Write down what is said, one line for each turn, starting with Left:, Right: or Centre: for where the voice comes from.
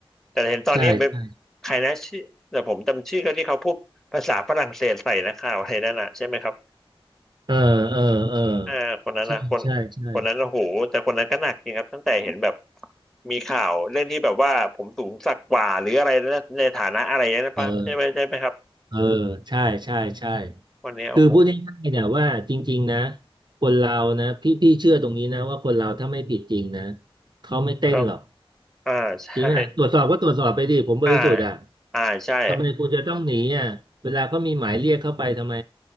Centre: แต่เห็นตอนนี้เป็น
Right: ใช่ใช่
Centre: ใครนะชื่อแต่ผมจำชื่อเขาที่เขาพูดภาษาฝรั่งเศสใส่นะข่าวอะไรนั่นน่ะใช่ไหมครับ
Right: เออเออเออ
Centre: อ่าคนนั้นนะคน
Right: ใช่ใช่ใช่
Centre: คนนั้นโอ้โหแต่คนนั้นก็หนักจริงครับตั้งแต่เห็นแบบมีข่าวเรื่องที่แบบว่าผมสูงสักกว่าหรืออะไรนะในฐานะอะไรนะป้าใช่ไหมใช่ไหมครับ
Right: เออเออใช่ใช่ใช่
Centre: วันนี้โอ้โห
Right: คือพูดง่ายๆเนี่ยว่าจริงๆนะคนเรานะพี่พี่เชื่อตรงนี้นะว่าคนเราถ้าไม่ผิดจริงนะเขาไม่เต้นหรอก
Centre: เริ่มอ่าใช่
Right: จริงไหมตรวจสอบก็ตรวจสอบไปดิผมบริสุทธิ์อ่ะ
Centre: อ่าอ่าใช่
Right: ทำไมคุณจะต้องหนีอ่ะเวลาเขามีหมายเรียกเข้าไปทำไม